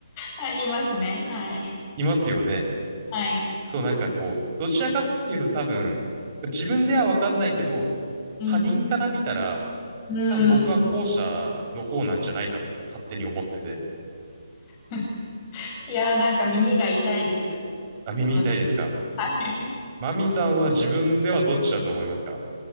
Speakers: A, on the left; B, on the right.
A: はい、いますね。はい。
B: いますよね。
A: はい。
B: そう、なんかこう、どちらかっていうと多分、自分ではわかんないけど、
A: うん。
B: 他人から見たら、
A: う
B: 多分僕は後者の方なんじゃないかと勝手に思ってて、
A: ん。<laughs> いやー、なんか耳が痛いです。
B: あ、耳痛いですか
A: 私 <laughs>
B: マミさんは自分ではどっちだと思いますか